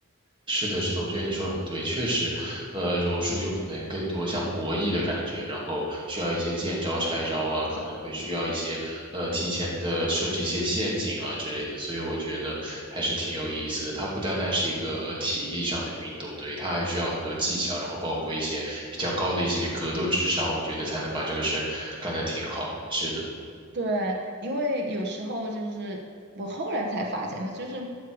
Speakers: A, on the right; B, on the right.
A: 是的，是的，我觉得你说的很对，确实，呃，柔术就可能更多像博弈的感觉，然后需要一些见招拆招啊，可能会需要一些呃提前的设置一些陷阱啊之类的，所以我觉得还是挺有意思的。它不单单是一个呃体力上的运动，对，它还需要很多技巧，然后包括一些比较高的一些格斗智商，我觉得才能把这个事干得挺好。是的。
B: 对，因为有时候就是我后来才发现的，就是